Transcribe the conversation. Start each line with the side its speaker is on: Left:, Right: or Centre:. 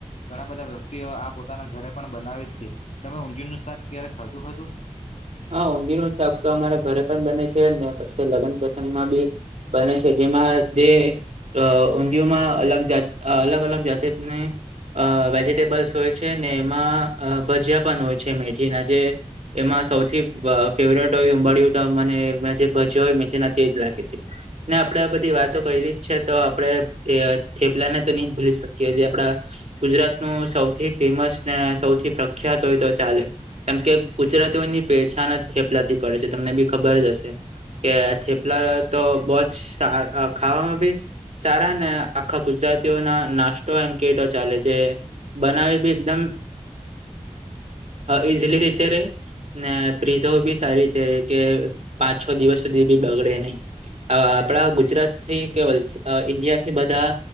Left: ઘણા બધા વ્યક્તિઓ આ પોતાના ઘરે પણ બનાવે છે તમે ઊંધિર નું શાક ક્યારે ખાધું હતું.
Right: હા ઊંધીર નું શાક તો અમારા ઘરે પણ બને છે ને પ લગ્ન પ્રથમમાં બી. બને છે જેમાં જે. અ ઊંધિયયોમાં અલગ જાત અલગ અલગ જાતિને અ વેજિટેબલ્સ હોય છે ને એમાં ભજીયા પણ હોય છે મેથીના જે. એમાં સૌ. ફેવરેટ હોય ઉંબડી તો મને મે ભજ હોય મેના તેજ લાગે છે.. ને આપડે આ બધી વાતો કરી ર જ છે તો આપડણે. એ થેપલા ને તો નહી ભૂલી શકીએ જે આપડા. ગુજરાત નું સૌથી ફેમસ ને સૌથી પ્રખ્યાત હોય તો ચાલે. કેમ કે ગુજરાતીઓની પહેચાાન થેપલાતી પડે છે તમને બી ખબર જ હશે. કે થેપલા તો બહ જ ખાવામાં ભી. સારા ને આખા ગુજરાતીઓ ના નાસ્તો એમ કેટો ચાલે છે. બનાવી બી એકદમ ઈઝીલી રીતે રે. ને પ્રિઝો બી સારી રીતે કે પાંચ છ દિવસ સુધી બી બગડે નહી. આપડા ગુજરાત થી કેવ ઇન્ડિયા થી બધા.